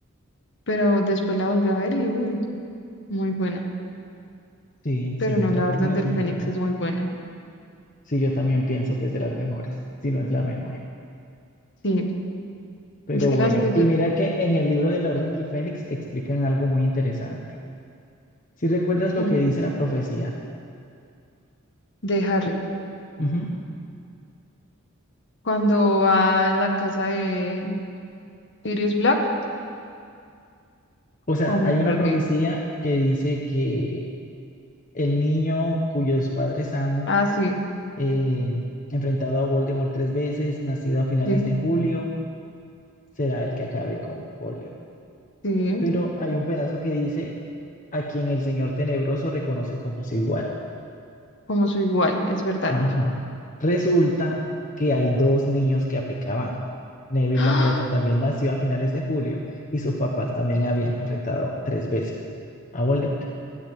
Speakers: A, on the left; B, on the left.
A: Pero después la volví a ver y, uy, muy buena.
B: Sí,
A: pero
B: sí,
A: no,
B: la
A: la
B: película
A: Orden del
B: es muy
A: Fénix
B: buena.
A: es muy buena.
B: Sí, yo también pienso que es de las mejores, si no es la mejor.
A: Sí,
B: Pero
A: es que
B: bueno,
A: las que yo,
B: y mira que en el libro de la Orden del Fénix explican algo muy interesante. Si recuerdas lo
A: sí,
B: que dice la profecía,
A: de Harry,
B: Ujú.
A: cuando va a la casa de Sirius Black,
B: o sea,
A: o me
B: hay
A: perdí.
B: una profecía que dice que el niño cuyos padres han
A: Ah, sí,
B: eh, enfrentado a Voldemort tres veces, nacido a finales
A: sí,
B: de julio, será el que acabe con Voldemort.
A: sí,
B: Pero hay un pedazo que dice a quien el Señor Tenebroso reconoce como su igual.
A: como su igual, es verdad.
B: Ajá. Resulta que hay dos niños que aplicaban. Neville
A: ¡Ah!
B: Longbottom también nació a finales de julio y sus papás también habían enfrentado tres veces a Voldemort.